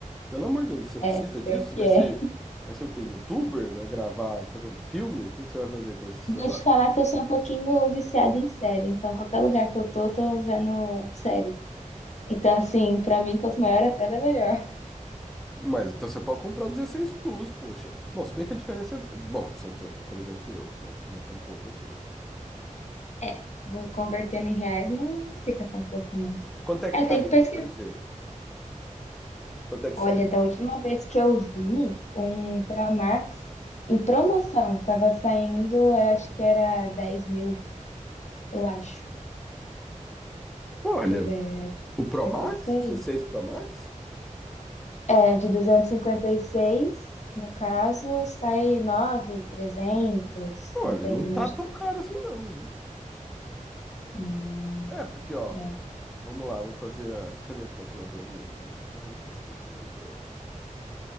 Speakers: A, in the centre; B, on the left (about 60°).
A: Pelo amor de Deus, você precisa
B: É,
A: disso?
B: pior
A: Você
B: que
A: Vai
B: é.
A: ser, vai ser o quê? YouTuber? Vai gravar, fazer um filme? O que que você vai fazer com esse celular?
B: Vou te falar que eu sou um pouquinho viciada em série. Então, qualquer lugar que eu tô, eu tô vendo série. Então, assim, pra mim, quanto maior a tela, é melhor.
A: Mas então você pode comprar o 16 Plus, poxa. Bom, se bem que a diferença é. Bom, são tre- 300 euros, né? Não é tão pouco assim.
B: É, vou convertendo em reais não fica tão pouco, não.
A: Quanto é que
B: É,
A: tá
B: tem
A: aí
B: que pesquisar.
A: no Brasil? Quanto é que
B: Olha,
A: sai?
B: da última vez que eu vi um Pro Max em promoção, tava saindo, eu acho que era 10 mil, eu acho.
A: Olha,
B: Deixa eu ver, é de
A: o Pro
B: cinquenta
A: Max,
B: e seis
A: dezesseis Pro Max?
B: É, de 256, no caso, sai 9.300,
A: Olha,
B: depende
A: não tá
B: de onde.
A: tão
B: tu-
A: caro assim não, viu?
B: Hum,
A: É, porque ó,
B: é.
A: vamos lá, vamos fazer a... Cadê a calculadorinha aqui? Onde está a calculadora?